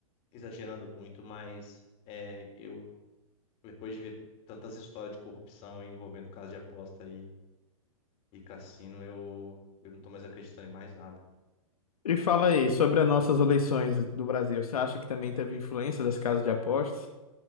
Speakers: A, on the left; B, on the left.
A: exagerando muito, mas é, eu, depois de ver tantas histórias de corrupção aí envolvendo casa de aposta e, e cassino, eu, eu não tô mais acreditando em mais nada.
B: E fala aí, sobre as nossas eleições do Brasil, você acha que também teve influência das casas de apostas?